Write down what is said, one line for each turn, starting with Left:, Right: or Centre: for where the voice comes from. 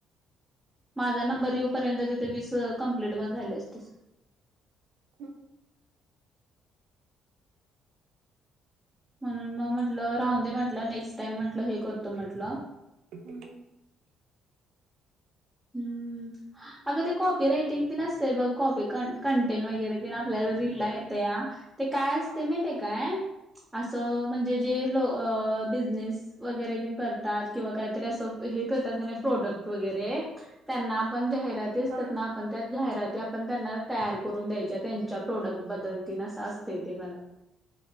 Centre: माझा नंबर येऊपर्यंत तिथे, वीस कंप्लीट पण झाले असते.
Right: ह.
Centre: म्हणून मग म्हटलं, राहून दे म्हटलं. नेक्स्ट टाइम म्हटलं, हे करतो म्हटलं.
Right: हम.
Centre: हम्म. अगं, ते कॉपी रायटिंग ते न असतय बघ. कॉपी क कंटेन वगैरे. तेन आपल्याला रिलला येतया. ते काय असतय,
Right: हा
Centre: माहितेय काय? असं, म्हणजे जे लो अ बिजनेस वगैरे तेन कर तात किंवा काहीतरी असं, हे करतात का नाही, प्रोडक्ट वगैरे. त्यांना आपण जाहिराती असतात
Right: हा
Centre: ना. आपण त्या जाहिराती, आपण त्यांना तयार करून द्यायच्या. त्यांच्या च्या प्रोडक्ट बद्दल तेन असं असतय ते म्हण.